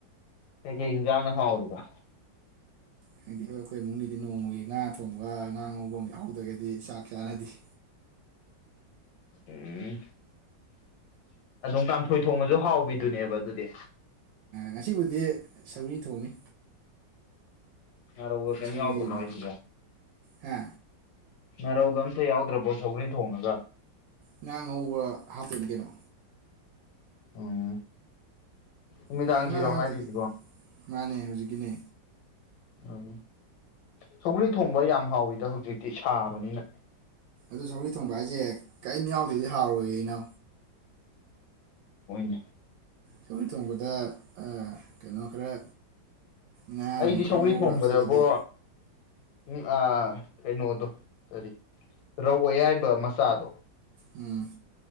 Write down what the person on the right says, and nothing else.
ꯍꯥꯏꯪꯗꯤ ꯑꯩꯈꯣꯏ ꯏꯃꯨꯡꯒꯤꯗꯤ ꯅꯣꯡꯃꯒꯤ ꯉꯥ ꯊꯣꯡꯕ ꯉꯥ ꯉꯧꯕ ꯑꯃ ꯌꯥꯎꯍꯧꯗ꯭ꯔꯒꯗꯤ ꯆꯥꯛ ꯆꯥꯅꯗꯤꯦ
ꯉꯁꯤꯕꯨꯗꯤ ꯁꯎꯔꯤ ꯊꯣꯡꯅꯤ
ꯁꯧꯒ꯭ꯔꯤ
ꯑꯃ
ꯍꯥ
ꯉꯥ ꯉꯧꯕ ꯍꯥꯞꯄꯅꯤ ꯀꯩꯅꯣ
ꯀꯥꯏ ꯉꯥ ꯌꯥꯎꯗꯗꯤ
ꯃꯥꯅꯦ ꯍꯧꯖꯤꯛꯀꯤꯅꯦ
ꯑꯗꯣ ꯁꯧꯔꯤ ꯊꯣꯡꯕ ꯍꯥꯏꯁꯦ ꯀꯔꯤꯝ ꯌꯥꯎꯗꯗꯤ ꯍꯥꯎꯔꯣꯏꯏ ꯑꯩꯅꯣ
ꯁꯣꯏ ꯊꯣꯡꯕꯗ ꯀꯩꯅꯣ ꯈꯔ ꯉꯥ
ꯅꯨꯡ ꯈꯔ
ꯉꯧꯔ
ꯍꯥꯞꯆꯜꯂꯗꯤ
ꯎꯝ